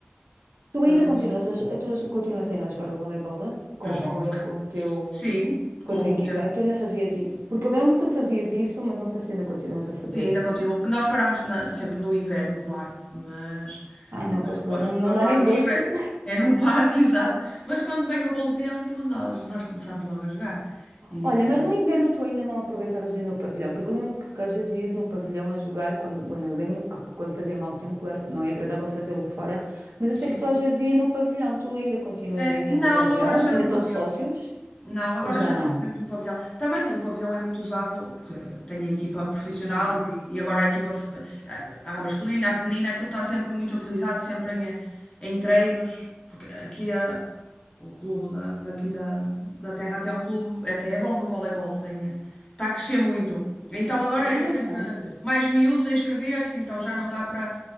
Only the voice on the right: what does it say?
Tu
ainda continuas, a- tu continuas ainda a jogar o voleibol né? com,
com,
eh, com o teu,
com
a tua equipa?
Tu ainda fazias isso? Porque eu lembro que tu fazias isso, mas não sei se ainda continuas a fazer.
Ai, não,
pois
claro, não,
não
dá
nem
gosto
Olha,
mas no inverno tu ainda não aproveitavas de ir no pavilhão, porque eu lembro que que às vezes ias no pavilhão a jogar, quando, bueno, eu lembro-me que quando fazia mau tempo, claro que não é agradável fazê-lo fora, mas eu
sei que tu às vezes ias no pavilhão, tu ainda continuas
ainda
no pavilhão,
ainda
estão sócios,
ou já
não?
Claro.
É que
é interessante.